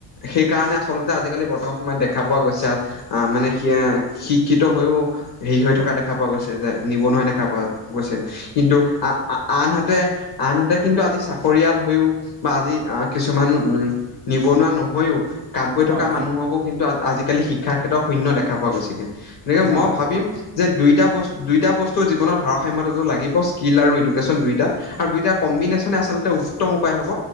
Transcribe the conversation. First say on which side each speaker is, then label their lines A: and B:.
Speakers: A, on the left (about 55°); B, on the right (about 25°).
A: সেইকাৰণে আচলতে আজিকালি বৰ্তমান সময়ত দেখা পোৱা গৈছে। আহ, মানে সিয়া শিক্ষিত হৈয়ও হেৰি হৈ থকা দেখা পোৱা গৈছে। যে নিবনুৱা দেখা পোৱা গৈছে। কিন্তু আ-আনহাতে-আনহাতে কিন্তু আজি চাকৰিয়াল হৈও, বা আজি কিছুমান উম, নিবনুৱা নহয়ও। কাম কৰি থকা
B: হয় হয়
A: মানুহকো কিন্তু আজিকালি শিক্ষাৰ ক্ষেত্ৰত শূন্য দেখা পোৱা গৈছে। তেনেকে
B: হয়
A: মই
B: হয়
A: ভাবিম
B: দেখা
A: যে দুইটা বস্তু দুইটা বস্তুৰ জীৱনত ভাৰসাম্যতাটো লাগিব স্কিল আৰু এডুকেশ্যন দুয়োটা। আৰু দুইটা কম্বিনেশ্যনে আচলতে উত্তম উপায় হ'ব